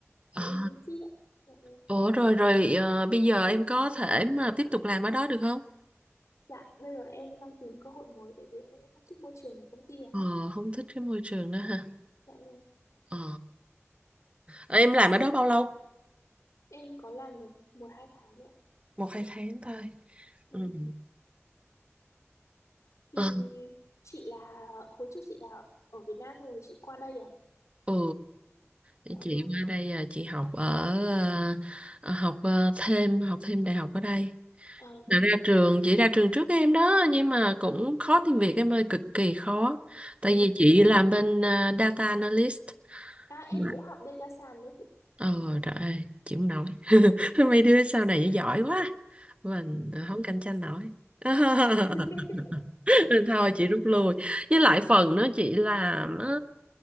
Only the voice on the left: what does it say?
là
internship ạ Dạ vâng.
Dạ, bây giờ em đang tìm cơ hội mới tại vì em cũng không thích môi trường của công ty lắm
ạ.
Dạ vâng.
Em có làm được một hai tháng đấy. ạ.
Ừ. Thì
chị là hồi trước chị là ở Việt Nam xong rồi chị qua đây à?
Dạ
vâng.
À
vâng.
Ừ,
đúng
rồi.
À em
cũng học data science đấy chị.
Ừ.
<laughs>